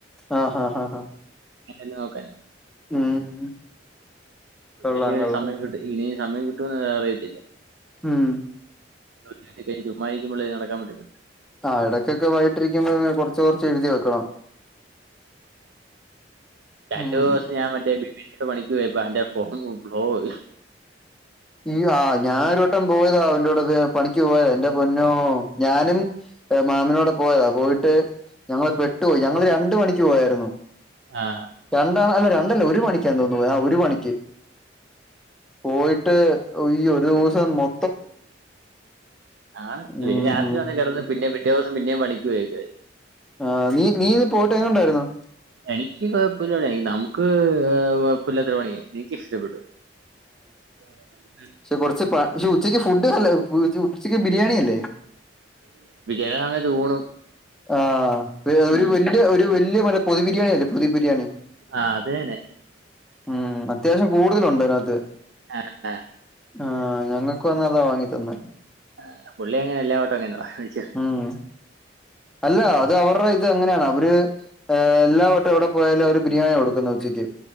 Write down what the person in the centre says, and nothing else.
ആ ഹ ഹ ഹ ഹ ഹ ഹ
ഉം. കൊള്ളാം
കൊള്ളാം
ഉം
ആഹ ഇടക്കൊക്കെ വായിട്ടിരിക്കുമ്പോൾ കൊർച്ച് കൊർച്ച് എഴുതി വെക്കണം.
ഉം
ഈ ആ ഞാനൊര് വട്ടം പോയതാ അവന്റെ കൂടെക്കെ പണിക്ക് പോയതാ എന്റെ പൊന്നോ ഞാനും. ഏഹ് മാമിനോട് പോയതാ പോയിട്ട്. ട്ട് ഞങ്ങള് പെട്ടുപോയി ഞങ്ങള് രണ്ട് മണിക്ക് പോയായിരുന്നു.
രണ്ടാൾ അല്ല രണ്ടല്ല ഒരു മണിക്കാ തോന്നുന്ന് ആ ഒരു മണിക്ക് പോയി. ട്ട് ഈ ഒരുസം മൊ
ഉം
ആഹ് നീ നീ പോയിട്ട് എങ്ങനെണ്ടായിര്ന്നു.
ഷേ കൊർച്ച് പ ഷേ ഉച്ചക്ക് ഫുഡ് അല്ല ഉച്ചക്ക് ബിരിയാണി അല്ലേ.
ആഹ് ഒരു
വലിയ ഒരു വലിയ മര പൊതി ബിരിയാണി ല്ലേ പൊതി ബിരിയാണി.
ഉം അത്യാവ്ശ്യം കൂടുതലുണ്ട് അയ്നകത്ത്.
ആഹ് ഞങ്ങക്കു അന്നതാ വാങ്ങി തന്നെ.
ഉം അല്ല അത് ഓർഡർ ചെയ്തത് അങ്ങനെയാണ് അവര്. ഏഹ് എല്ലാ വട്ടം എവിടെപ്പോയാലു അവര് ബരിയാണി കൊടുക്കുത് ഉച്ചക്ക്